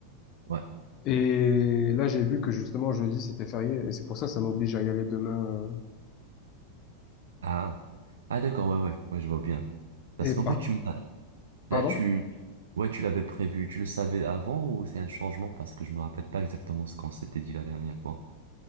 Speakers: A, on the right; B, on the left.
A: Ouais.
B: Et là, j'ai vu que justement, jeudi, c'était férié, et c'est pour ça, ça m'oblige à y aller demain.
A: Ah. Ah d'accord, ouais, ouais, ouais, je vois bien. Parce
B: euh, Et
A: qu'en
B: par...
A: fait, tu m'as
B: Pardon?
A: Là, tu, ouais, tu l'avais prévu, tu le savais avant ou c'est un changement parce que je me rappelle pas exactement ce qu'on s'était dit la dernière fois.